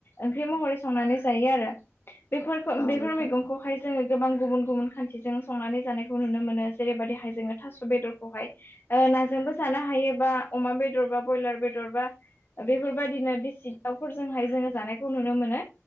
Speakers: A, on the left; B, on the left.
A: ओंख्रि महरै संनानै जायो आरो बेफोरखौ
B: औ
A: बेफोर
B: नोंथां
A: मैगंखौहाय
B: औ नोंथां
A: जोङो गोबां गुबुन गुबुन खान्थिजों संनानै जानायखौ नुनो मोनो। जेरैबादिहाय जोङो थास' बेदरखौहाय ओ नाजोंबो जानो हायोबा अमा बेदरबा बयलार बेदर बा बेफोरबायदिनो देसि दाउफोरजोंहाय जोङो जानायखौ नुनो मोनो।